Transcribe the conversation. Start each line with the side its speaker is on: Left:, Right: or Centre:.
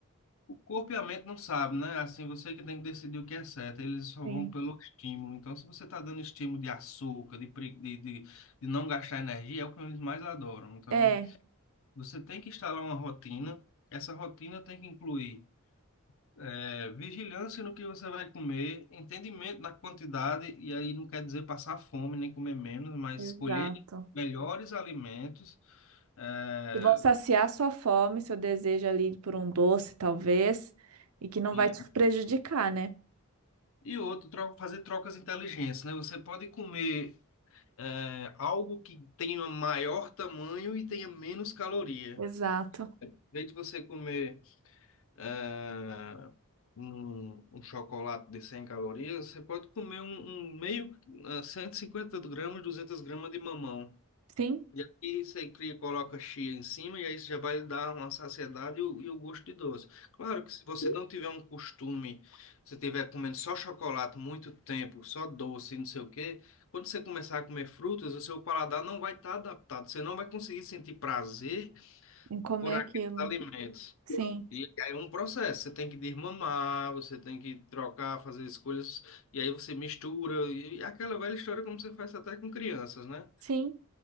Left: O corpo e a mente não sabem, né? Assim, você que tem que decidir o que é certo. Eles só
Right: Sim.
Left: vão pelo
Right: <laughs>
Left: estímulo. Então, se você está dando estímulo de açúcar, de, pre- de, de, de não gastar energia, é o que eles mais adoram. Então,
Right: É,
Left: você tem que instalar uma rotina. Essa rotina tem que incluir eh, vigilância no que você vai comer, entendimento da quantidade, e aí não quer dizer passar fome nem comer menos, mas
Right: exato.
Left: escolher melhores alimentos. eh,
Right: E vão saciar sua fome, seu desejo ali por um doce, talvez, e que não
Left: e,
Right: vai te prejudicar, né?
Left: e outro, tro- fazer trocas inteligentes, né? Você pode comer é, algo que tenha maior tamanho e tenha menos caloria.
Right: Exato.
Left: Em vez de você comer é, um, um chocolate de 100 calorias, você pode comer um, um meio, ah, 150 gramas, 200 gramas de mamão.
Right: Sim,
Left: E aqui você cria, coloca chia em cima e aí você já vai dar uma saciedade e o, e o gosto de doce. Claro que se você não tiver um costume, se tiver comendo só chocolate muito tempo, só doce, e não sei o quê, quando você começar a comer frutas, o seu paladar não vai estar adaptado. Você não vai conseguir sentir prazer
Right: em comer
Left: por aqueles
Right: aquilo.
Left: alimentos.
Right: Sim,
Left: E aí é um processo. Você tem que desmamar, você tem que trocar, fazer escolhas, e aí você mistura. E aquela velha história como você faz até com crianças, né?
Right: sim.